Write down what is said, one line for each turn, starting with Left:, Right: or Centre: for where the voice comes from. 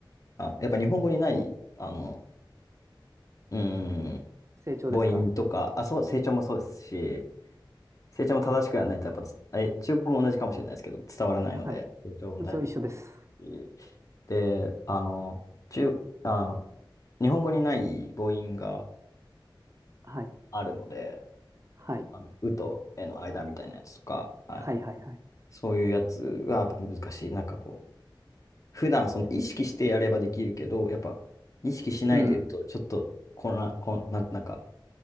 Left: あ、やっぱ日本語にない、あの、うーん、
Right: 成長ですか
Left: 母音とか、あ、そう、成長もそうですし、成長も正しくやらないと、やっぱつ、あれ、中国語も同じかもしれないですけど、伝わらないので、
Right: はい。
Left: 成長も大めちゃないし。
Right: そう、一緒です。
Left: で、あの、中、あの、日本語にない母音が
Right: はい。
Left: あるので、
Right: はい。
Left: あの、うとえの間みたいなやつとか、はい、
Right: はい、はい、はい。
Left: そういうやつがやっぱ難しい。なんかこう、普段その意識してやればできるけど、やっぱ意識しないでいると、
Right: うん。
Left: ちょっと、こんな、こんな、なんか、